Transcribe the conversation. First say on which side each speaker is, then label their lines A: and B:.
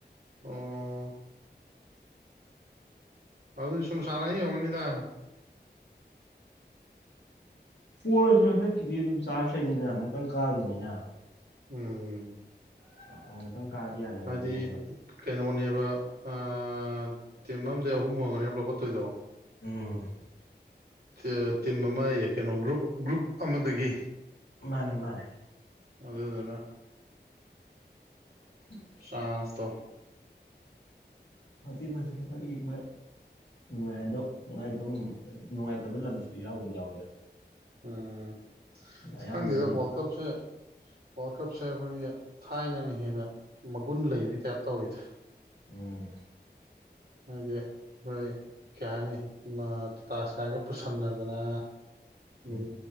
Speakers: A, on the right; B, on the left.
A: ꯑꯣ꯫ ꯑꯗꯨ ꯁꯨꯝ ꯁꯥꯟꯅꯩ ꯑꫭꯏꯔꯝꯒꯅꯤꯗ꯫
B: ꯄꫭꯔꯁꯨ ꯍꯟꯗꯛꯀꯤꯗꯤ ꯑꯗꯨꯝ ꯆꯥꯔꯖ ꯂꯩꯅꯤꯗꯅ ꯑꯃꯨꯛꯇꯪ ꯀꯥꯈꯤꯕꯅꯤꯅ꯫
A: ꯎꯝ꯫
B: <inaudible>
A: ꯍꯥꯏꯗꯤ ꯀꯩꯅꯣꯅꯦꯕ ꯑꯥ ꯇꯤꯝ ꯑꯝꯗ ꯑꯍꯨꯝ ꯑꯣꯏꯔꯝꯒꯅꯦꯕ ꯂꯧꯈꯠꯇꯣꯏꯗꯣ꯫
B: ꯎꯝ꯫
A: ꯇ ꯇꯤꯝ ꯑꯃ ꯑꯦ ꯀꯩꯅꯣ ꯒ꯭ꯔꯨꯞ ꯒ꯭ꯔꯨꯞ ꯑꯃꯗꯒꯤ꯫
B: ꯃꯥꯅꯦ ꯃꯥꯅꯦ꯫
A: ꯑꯗꯨꯗꯨꯅ
B: <unintelligible>
A: ꯆꯥꯟꯁꯇꯣ꯫
B: <unintelligible> ꯅꯨꯡꯉꯥꯏ ꯑꯗꯣ ꯅꯨꯡꯉꯥꯏꯇꯕ ꯅꯨꯡꯉꯥꯏꯇꯕ ꯂꯝꯁꯨ ꯌꯥꯎꯕꯨꯗꯤ ꯌꯥꯎꯋꯤꯗ꯫
A: ꯎꯝ
B: ꯑꯌꯥꯝꯕꯅꯗꯤ
A: ꯈꯪꯗꯦꯗ ꯋꯥꯔꯜ ꯀꯞꯁꯦ ꯋꯥꯔꯜ ꯀꯞꯁꯦ ꯑꯩꯈꯣꯏꯒꯤ ꯊꯥꯏꯅꯅ ꯍꯦꯟꯅ ꯃꯒꯨꯟ ꯂꯩꯕꯩ ꯇꯥꯏꯞ ꯇꯧꯋꯤꯗ꯫
B: ꯎꯝ꯫
A: <unintelligible> ꯀꯩ ꯍꯥꯏꯅꯤ ꯑꯃ ꯇꯁꯥꯏꯛꯀ ꯄꯨꯁꯟꯅꯗꯅ꯫
B: ꯎꯝ
A: ꯑ